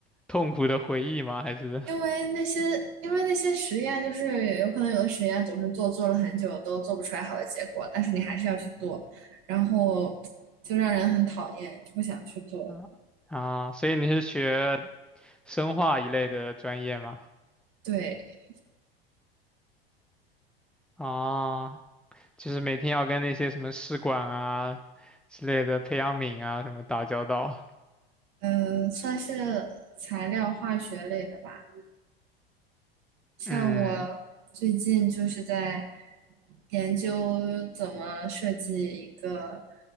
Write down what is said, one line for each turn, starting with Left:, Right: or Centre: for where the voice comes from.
Centre: 痛苦的回忆吗？还是
Right: 因为那些，因为那些实验，就是有可能有的实验总是做做了很久都做不出来好的结果，但是你还是要去做，然后就让人很讨厌，就不想去做。
Centre: 啊啊？所以你是学生化一类的专业吗？
Right: 对，
Centre: 啊，就是每天要跟那些什么试管啊之类的培养皿啊什么打交道。
Right: 呃，算是材料化学类的吧。像我最近就是在
Centre: 嗯
Right: 研究怎么设计一个